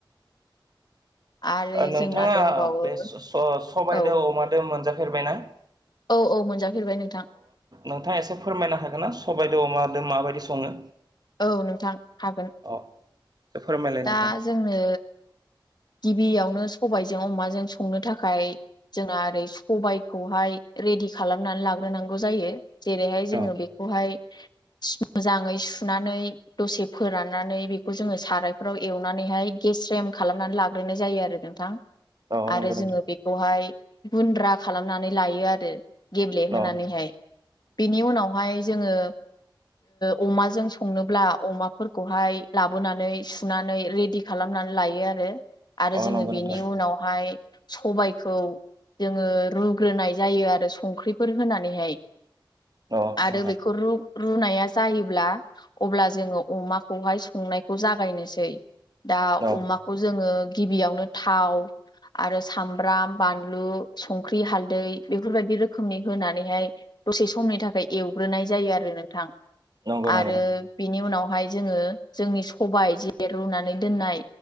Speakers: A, on the left; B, on the right.
A: आरो
B: ओ नोंथाङा
A: जोंना दंबावो
B: बे स स सबायदो
A: औ
B: अमादो मोनजा फेरबाय ना?
A: औ औ मोनजाफेरबाय नोंथां।
B: नोंथाङा एसे फोरमायना हागोन ना सबाय दो अमा दो माबायदि सङो?
A: औ नोंथां हागोन।
B: अ एसे फोरमायलाय
A: दा
B: नोंथां
A: जोंनो गिबियावनो सबायजों अमाजों संनो थाखाय जोंना ओरै सबायखौहाय रेदि दि खालामनानै लाग्रोनांगौ जायो। जेरैहाय जोङो
B: अ
A: बेखौहाय सु मोजाङै सुनानै दसे फोराननानै बेखौ जोङो सारायफ्राव एवनानै नै हाय गेस्रेम खालामनानै लाग्रोनाय जायो आरो नोंथां।
B: औ
A: आरो
B: नंगौ
A: जोङो
B: नोंथां
A: बेखौहाय गुन्द्रा खालामनानै लायो आरो गेब्लेहोनानैहाय
B: अ
A: बेनि उनावहाय जोङो ओ अमाजों संनोब्ला अमाफोरखौहाय लाबोनानै सुनानै रेडि खालाम नानै लायो आरो। आरो
B: अ
A: जोङो
B: नंगौ
A: बेनि
B: नोंथां
A: उनावहाय सबायखौ जोङो रुग्रोनाय जायो आरो संख्रिफोर होनानै हाय।
B: अ
A: आरो
B: नोंथां
A: बेखौ रु रुनाया जायोब्ला अब्ला जोङो अमाखौहाय संनायखौ जागायनोसै। दा
B: औ
A: अमाखौ जोङो गिबियावनो थाव आरो सामब्राम, बानलु, संख्रि, हालदै बेफोरबायदि रोखोमनि होनानै हाय दसे समनि थाखाय एवग्रोनाय जायो आरो नोंथां।
B: नंगौ
A: आरो
B: नंगौ नोंथां
A: बिनि उनाव हाय जोङो जोंनि सबाय जे रुनानै दोननाय